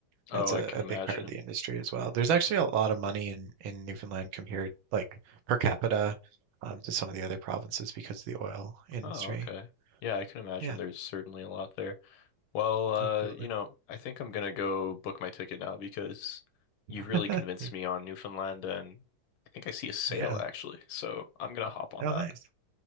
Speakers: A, on the left; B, on the right.
A: Oh,
B: that's a,
A: I can
B: a
A: imagine.
B: big part of the industry as well. There's actually a lot of money in in Newfoundland compared like per capita um, to some of the other provinces because of the oil industry.
A: Oh, okay. Yeah, I can imagine
B: Yeah,
A: there's certainly a lot there. Well, uh,
B: absolutely.
A: you know, I think I'm gonna go book my ticket now because you've really
B: <laughs>
A: convinced
B: Y-
A: me on Newfoundland and I think I see a sale
B: Yeah.
A: actually, so I'm gonna hop on
B: Oh,
A: that.
B: nice.